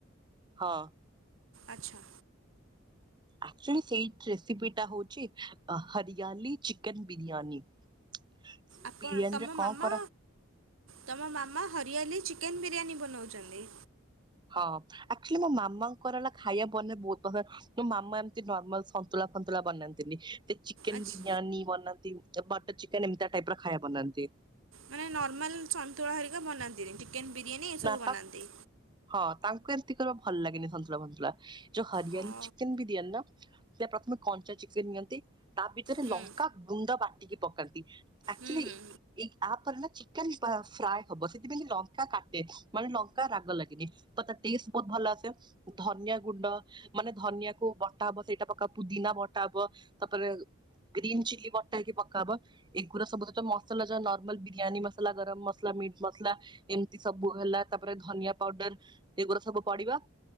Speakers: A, on the right; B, on the right.
A: ହଁ।
B: ଆଚ୍ଛା।
A: ଆକ୍ଚୁଲି ସେଇ ରେସିପିଟା ହଉଛି ହରିଆଲି ଚିକେନ ବିରିୟାନୀ। ସେଇ
B: ଆପଣ
A: ବିରିୟାନୀରେ
B: ତମ
A: କଣ
B: ମାମା
A: କରା
B: ତମ ମାମା ହରିଆଲି ଚିକେନ୍ ବିରିୟାନୀ ବନାଉଛନ୍ତି?
A: ହଁ, ଆକ୍ଚୁଆଲି ମୋ ମାମାଙ୍କର ହେଲା ଖାଇବା ବନେଇ ବହୁତ ପସନ୍ଦ। ମୋ ମାମା ଏମିତି ନର୍ମାଲ ସନ୍ତୁଳା ଫନ୍ତୁଳା ବନାନ୍ତିନି, ସିଏ ଚି ଚିକେନ
B: ଆଚ୍ଛା
A: ବିରିୟାନୀ ବନାନ୍ତି, ବଟର ଚିକେନ ଏମିତିଆ ଟାଇପ ର ଖାଇବା ବନାନ୍ତି।
B: ମାନେ ନର୍ମାଲ ସନ୍ତୁଳା ହରିକା ବନାନ୍ତିନି, ଚିକେନ ବିରିୟାନୀ ଏସବୁ
A: ନା
B: ବନାନ୍ତି?
A: ତାଙ୍କୁ ହଁ ତାଙ୍କୁ ଏମିତି ଖାଇବା ଭଲ ଲାଗେନି ସନ୍ତୁଳା ଭନ୍ତୁଳା, ଯୋଉ ହରିଆଲି
B: ହୁଁ
A: ଚିକେନ ବିରିୟାନୀର ସେଟା ପ୍ରଥମେ କଞ୍ଚା ଚିକେନ ନିଅନ୍ତି, ତା ଭିତରେ
B: ହୁଁ
A: ଲଙ୍କା ଗୁଣ୍ଡ ବାଟିକି ପକାନ୍ତି। ଆକ୍ଚଆଲି
B: ହୁଁ ହୁଁ।
A: ଏ ଆପରେ ନା ଚିକେନ ପା ଫ୍ରାଏ ହବ ସେଥିପାଇଁକି ଲଙ୍କା କାଟ୍ ଏ ମାନେ ଲଙ୍କା ରାଗ ଲାଗିନି, ତ ତା ଟେଷ୍ଟ ବହୁତ ଭଲ ଆସେ, ଧନିଆ ଗୁଣ୍ଡ ମାନେ ଧନିଆକୁ ବଟା ହବ ସେଇଟା ପକା ହବ, ପୁଦିନା ବଟା ହବ ତାପରେ ଗ୍ରୀନ୍ ଚିଲି ଵଟା ହେଇକି ପକାହବ। ଏଗୁରା ସବୁ ଯେତେ ମସଲା ଯା ନର୍ମାଲ ବିରିୟାନୀ ମସଲା, ଗରମ ମସଲା, ମିଟ୍ ମସଲା, ଏମ ସବୁ ହେଲା ତାପରେ ଧନିଆ ପାଉଡର ଏଗୁଡା ସବୁ ପଡିବ।